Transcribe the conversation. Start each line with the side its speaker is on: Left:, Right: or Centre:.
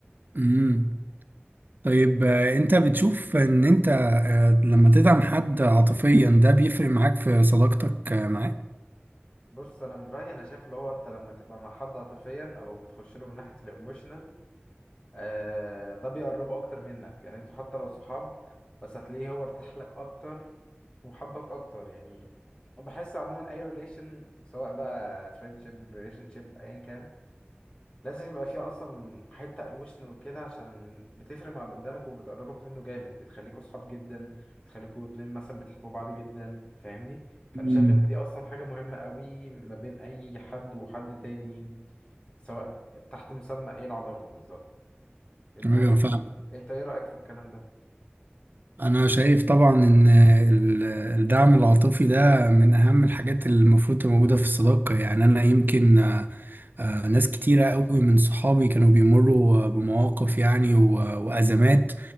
Right: امم طيب آه، انت بتشوف ان انت آه، لما تدعم حد عاطفيا ده بيفرق معاك في صداقتك آه، معاه
Left: بص انا من رايي انا شايف اللي هو انت لما تبقى مع حد عاطفيا او بتخش له من ناحيه الايموشنال آه، ده بيقربه اكتر منك يعني انتوا حتى لو صحاب بس هتلاقيه هو ارتاح لك اكتر وحبك اكتر يعني بحس عموما اي ريليشن سواء بقى فريندشيب ريليشن شيب ايا كان لازم يبقى فيه اصلا حته ايموشنال وكده عشان بتفرق مع اللي قدامك وبتقربك منه جامد بتخليكوا صحاب جدا بتخليكوا اتنين مثلا بتحبوا بعض جدا فاهمني فانا
Right: امم
Left: شايف ان دي اصلا حاجه مهمه قوي ما بين اي حد وحد تاني سواء تحت مسمى ايه العلاقه بالظبط انت
Right: ايوه فاهم
Left: انت ايه رأيك في الكلام ده
Right: انا شايف طبعا ان ال- الدعم العاطفي ده من اهم الحاجات اللي المفروض تبقى موجوده في الصداقه يعني انا يمكن آه، آه، ناس كتيرة قوي من صحابي كانوا بيمروا آه، بمواقف يعني و- وأزمات